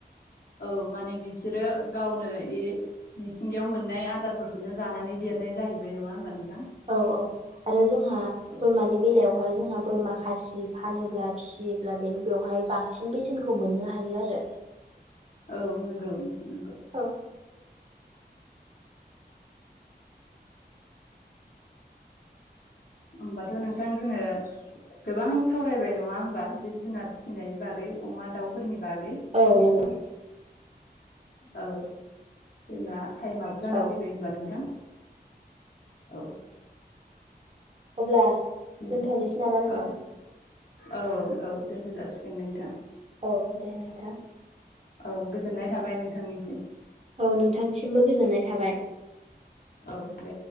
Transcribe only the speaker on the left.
औ माने बिसोरो गावनो ए मिथिंगायाव मोननाय आदारफोरखौनो जानानै देरनाय जाहैबाय नङा होमबा नों
औ
औ नंगौ नोंथां नंगौ।
होमबाथ' नोंथां जोङो गोबां सावरायबाय नङा होमबा जिब जुनार फिसिनायनि बागै। अमा दाउफोरनि बागै
औ जोंना टाइमाबो जाना
फैबाय ओमबा नोंथां। औ।
उम
औ औ औ दोनथ' जासिगोन नोंथां।
औ गोजोननाय थाबाय नोंथांनिसिम।
औ दे